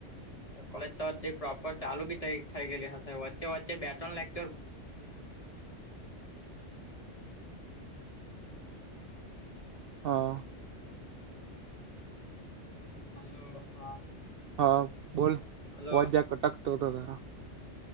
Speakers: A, on the left (about 30°); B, on the right (about 60°).
A: કોલેજ તો અધી પ્રોપર ચાલુ બી થઈ થઈ ગયેલી હશે, વચ્ચે વચ્ચે બે ત્રણ લેક્ચર
B: હ.
A: હલો! હા.
B: હ, બોલ!
A: હલો
B: અવાજ જક અટકતો અતો તારો.